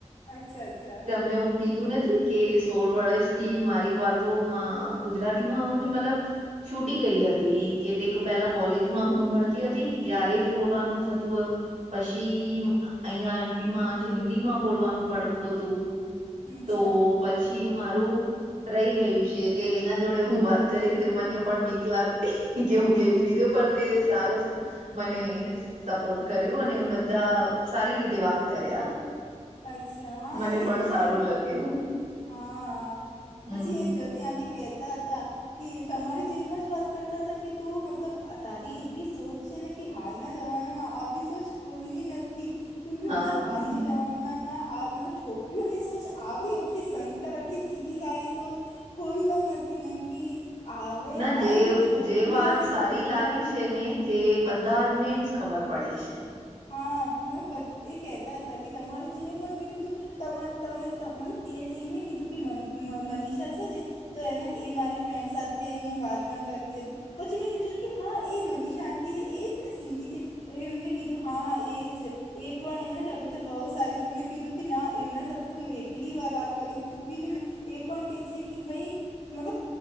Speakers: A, on the left (about 85°); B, on the right (about 80°).
A: અચ્છા અચ્છા.
B: તમને હું કીધું નથી કે સોળ <unintelligible> મારી વાતોમાં ગુજરાતીમાં હું જ મતલબ. છૂટી ગઈ હતી કે તે પેલા કોલેજમાં હું ભણતી હતી ત્યારે જ બોલવાનું થતું. પછી અહિયાં એમપી માં જ હિન્દી માં બોલવાનું પડતું હતું.
A: અચ્છા
B: તો પછી મારું. રહી ગયું છે, તે એના જોડે હું વાત કરી મને પણ બીક લાગતી. <unintelligible> કેવું કેવી રીધે પણ તે સારો. મને સપોર્ટ કર્યું અને બધા સારી રીતે વાત કર્યા.
A: અચ્છા હા
B: મને
A: એજ
B: પણ
A: છે,
B: સારું લાગ્યું
A: હા પછી
B: હમ
A: એ જો. તે આંટી કહેતા હતા. કે તમારી જેમ જ વાત કરતા હતા કે તું મતલબ તારી એવી સોચ છે, ને. કે હાલના જમાનામાં આવી સોચ કોઈની નથી. કેમ કે
B: હા
A: મતલબ હાલની જમાનામાં આ મતલબ છોકરીઓની સોચ આવે એટલી સં <unintelligible> આટલી <unintelligible> તો જ કોઈ <unintelligible> નથી એમકી હવે
B: ના
A: હાલ
B: જે
A: છોકરીઓ
B: જે વાત
A: અને
B: સારી
A: છોકરા.
B: લાગે છે, ને તે બધાજ ને જ ખબર પડે છે.
A: હા મે <unintelligible> કેહેતા હતા કે તમારી જેમ જ મેં કીધું. તમા તમે મતલબ એમને કીધું કે મનીષા છે ને- તો એના એ મારી ફ્રેન્ડ સાથે હું વાત પણ કરતી હતી- પછી મેં વિચાર્યું હા એ મનીષા આંટી છે એ ને સિંધી છે. એમને- કીધું હા હા એજ એ પણ એમને- તો બહુ સારી તો મેં કીધું કે ના એમના સાથે તો હું એટલી વાર વાત કરી ચૂકી છું ને- એ પણ કે છે કે ભાઈ- મતલબ